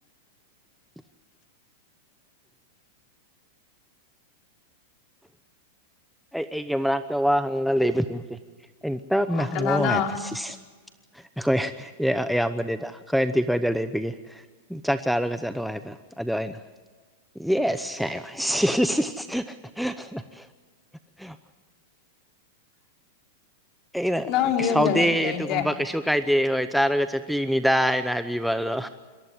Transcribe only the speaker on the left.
ꯑꯣ
ꯀꯅꯥꯅꯣ
ꯅꯪ ꯌꯨꯝꯗ
ꯂꯩ ꯂꯩꯇꯦ